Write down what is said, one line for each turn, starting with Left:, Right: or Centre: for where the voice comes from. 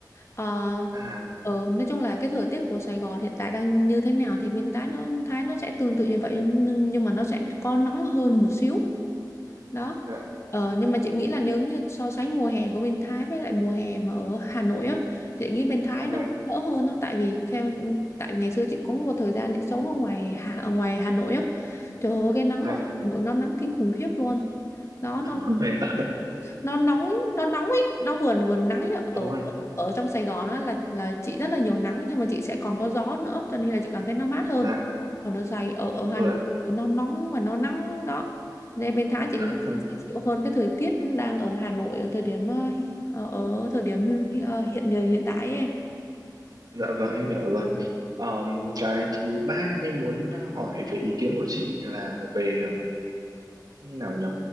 Left: Ờ,
Right: à
Left: ờ, nói chung là cái thời tiết của Sài Gòn hiện tại đang như thế nào thì bên Thái nó Thái nó sẽ tương tự như vậy nhưng nhưng mà nó sẽ có nóng hơn một xíu đó
Right: dạ
Left: ờ, nhưng mà chị nghĩ là nếu như so sánh mùa hè của bên Thái với lại mùa hè mà ở Hà Nội á chị nghĩ bên Thái
Right: dạ
Left: nó đỡ hơn đó tại vì theo tại ngày xưa chị cũng một thời gian chị sống ở ngoài Hà, ở ngoài Hà Nội á trời ơi cái nắng
Right: dạ
Left: ở Hà Nội nó nắng kinh khủng khiếp luôn đó
Right: đúng
Left: nó
Right: <laughs> rồi ạ
Left: nó nóng nó nóng ấy nó vừa vừa nắng nhá.
Right: đúng
Left: ở
Right: rồi
Left: ở trong Sài Gòn á là là chị rất là nhiều nắng nhưng mà chị sẽ còn có gió nữa cho nên là chị cảm thấy nó mát hơn
Right: dạ
Left: còn ở Sài ở ở Hà
Right: rồi
Left: Nội
Right: ạ
Left: nó nóng và nó nắng đó nên bên Thái chị
Right: <laughs>
Left: nghĩ chị sẽ chịu hơn cái thời tiết đang ở Hà Nội ở thời điểm ờ, ở, ở thời điểm hi- hi- ờ, hiện hiện tại ấy em
Right: dạ vâng em hiểu rồi Ờm, cái thứ ba em muốn ờ, hỏi về ý kiến của chị là về ờ, như nào nhỉ